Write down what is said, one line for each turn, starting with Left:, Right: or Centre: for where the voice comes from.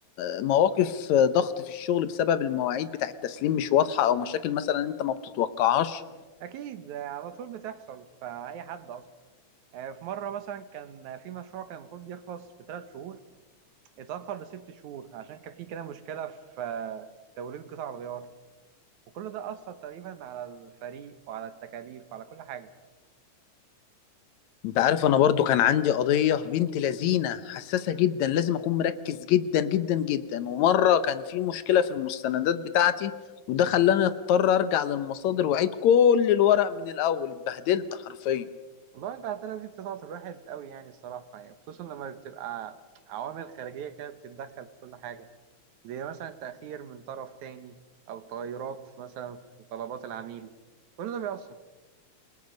Left: آه، مواقف آه، ضغط في الشغل بسبب المواعيد بتاع التسليم مش واضحة او مشاكل مثلا انت ما بتتوقعهاش
Right: اكيد آه، على طول بتحصل فاي حد اصلا آه، في مرة مثلا كان في مشروع كان المفروض يخلص في ثلاث شهور اتأخر لست شهور عشان كان في كده مشكلة في آه، توريد قطع الغيار وكل ده أثر تقريبا على الفريق وعلى التكاليف وعلى كل حاجة
Left: انت عارف انا برضو كان عندي قضية بنت لذينة حساسة جدا لازم اكون مركز جدا جدا جدا ومرة كان في مشكلة في المستندات بتاعتي وده خلاني اضطر ارجع للمصادر واعيد كل الورق من الاول اتبهدلت حرفيا
Right: والله البهدلة دي بتضغط الواحد قوي يعني الصراحة يعني خصوصا لما بتبقى عوامل خارجية كده بتتدخل في كل حاجة زي مثلا تأخير من طرف تاني أو تغيرات في- مثلا في طلبات العميل كل ده بيأثر